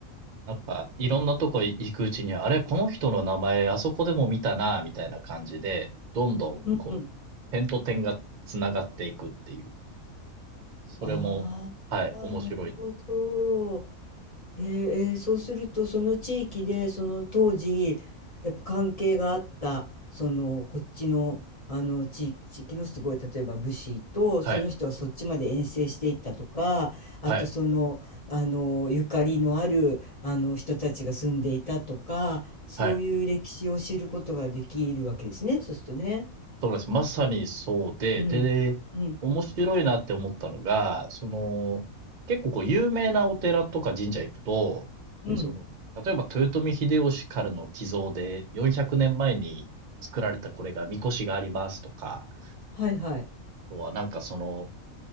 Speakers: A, on the right; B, on the left.
A: なんかいろんなとこ行くうちに、あれ、この人の名前あそこでも見たな、みたいな感じで、どんどんこう、
B: うんうん
A: 点と点がつながっていくっていう。それも、
B: ああ、
A: はい、面白いんですよ。
B: なるほど。えーえーそうすると、その地域で、その当時、やっぱ関係があった、その、こっちの、あの、地域、地域のすごい、例えば武士と、
A: はい、
B: その人はそっちまで遠征していったとか、あとその、
A: はい、
B: あの、ゆかりのある、あの、人たちが住んでいたとか、そういう歴史を知ることができるわけですね、
A: はい。
B: そうするとね。
A: そうです。まさにそうで、
B: うん。
A: で、
B: うん。
A: 面白いなって思ったのが、その、結構こう有名なお寺とか神社行くと、
B: うん。
A: その、例えば豊臣秀吉からの寄贈で400年前に作られたこれが、神輿がありますとか、あ
B: はいはい。
A: とはなんかその、